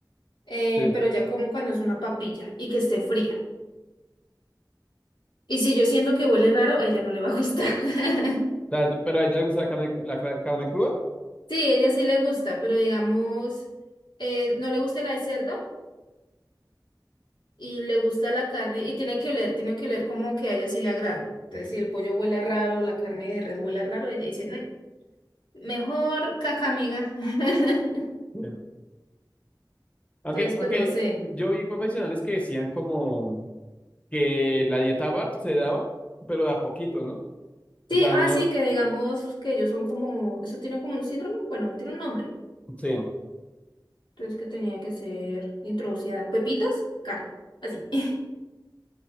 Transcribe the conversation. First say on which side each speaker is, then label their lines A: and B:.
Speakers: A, on the left; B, on the left.
A: eh,
B: Sí. O
A: pero ya como cuando es una papilla y que esté fría. Y si yo siento que huele raro, ella no le va a gustar. <laughs>
B: sea, pero a ella le gusta la carne, la cra- carne cruda.
A: Sí, ella sí le gusta, pero digamos, eh, no le gusta la de cerdo y le gusta la carne y tiene que oler, tiene que oler como que a ella sí le agrade. Entonces, si el pollo huele raro, la carne de res huele raro, ella dice, "Mm, mejor caca, amiga. <laughs>
B: Sí. Aunque,
A: Entonces,
B: aunque
A: pues no sé.
B: yo vi profesionales que decían como que la dieta BART se daba, pero de a poquitos, ¿no? O
A: Sí,
B: sea,
A: ah,
B: uno,
A: sí, que digamos que ellos son como, eso tiene como un síndrome, bueno, tiene un nombre.
B: sí,
A: Entonces que tenía que ser introducida. Pepitas, carne. Así. <laughs>